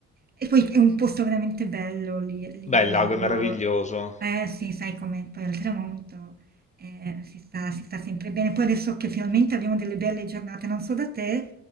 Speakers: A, on the right; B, on the left.
A: e poi è un posto veramente bello lì lì
B: beh,
A: al
B: il
A: lago.
B: lago è meraviglioso.
A: Eh sì, sai com'è, poi al tramonto, ehm, si sta si sta sempre bene. Poi adesso che finalmente abbiamo delle belle giornate, non so da te,